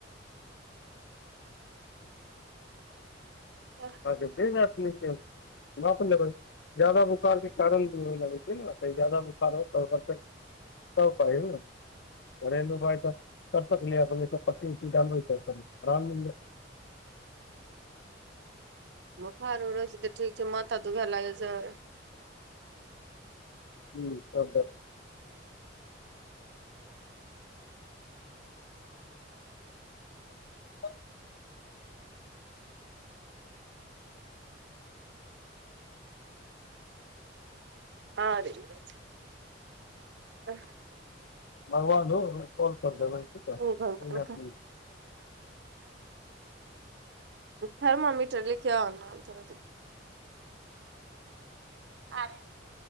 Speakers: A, on the right; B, on the left.
A: अ
B: फेर राखि लेकिन हमरा कोन। जादा बोखार के कारण भी हो लगै छैय ने जादा बोखार होत तऽ ओ फेर। तब कही न घरेलु भाय तऽ कर सकल अपन पट्टी उट्टी डालबऽ तऽ राम
A: बोखार रहै छैय त ठीक छैय माथा दुखाय लागै छैय
B: हऽ सभ ह
A: आरे बा आह।
B: भगवान कोल कर देबै। है नहीं
A: हे भगवान।
B: ना, तू
A: थर्मामीटर ले के आओ नऽ थोड़ा आ रहे